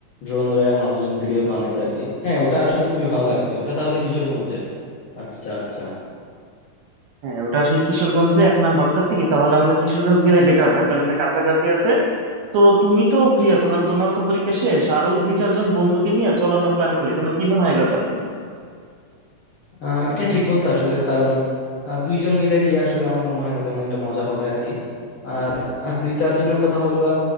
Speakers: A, on the left; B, on the right.
A: ড্রোন উড়ায় মানুষজন ভিডিও বানাইছে আর কি হ্যাঁ ওটা আসলে খুবই ভালো লাগছে ওটা তাহলে কিশোরগঞ্জে আচ্ছা আচ্ছা
B: হ্যাঁ ওটা আসলে কিশোরগঞ্জে এখন আমি ভাবতেছি কি তাহলে আমরা কিশোরগঞ্জ গেলে বেটার হয় কারণ কি এটা কাছাকাছি আছে তো তুমি তো ফ্রি আছো কারণ তোমারও তো পরীক্ষা শেষ আরো দুই চারজন বন্ধুকে নিয়ে চলো আমরা প্ল্যান করি তোমার কি মনে হয় এ ব্যাপারে
A: আহ এটা ঠিক বলছো আসলে কারণ আহ, দুইজন মিলে গিয়ে আসলে আমার মনে হয় না তেমন একটা মজা হবে আর কি আর আর দুই চারজনের কথা বললা